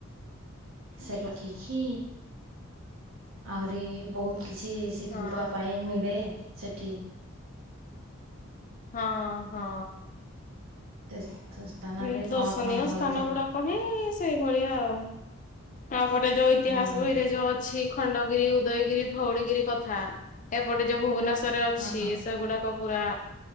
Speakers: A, on the right; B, on the left.
A: ସାଇଗୋଟିଖି ଆହୁରି ବହୁତ୍ କିଛି <unintelligible>
B: ହଁ
A: ସେଥି
B: ହଁ ହଁ
A: <unintelligible>
B: ହୁଁ ଦର୍ଶନୀୟ
A: କଣ କଣ ହୋଇଥିଲା
B: ସ୍ଥାନ ଗୁଡ଼ା କୋନି ସେଇ ଭଳିଆ ଆଉ ଆଁ ପଟେ ଯୋଉ ଇତିହାସ
A: ହଁ
B: ବହିରେ
A: ହଁ
B: ଯୋଉ ଅଛି ଖଣ୍ଡଗିରି, ଉଦୟଗିରି, ଧଉଳିଗିରି କଥା ଏପଟେ ଯୋ ଭୁବନେଶ୍ୱର ରେ ଅଛି।
A: ହଁ
B: ସେଗୁଡାକ ପୁରା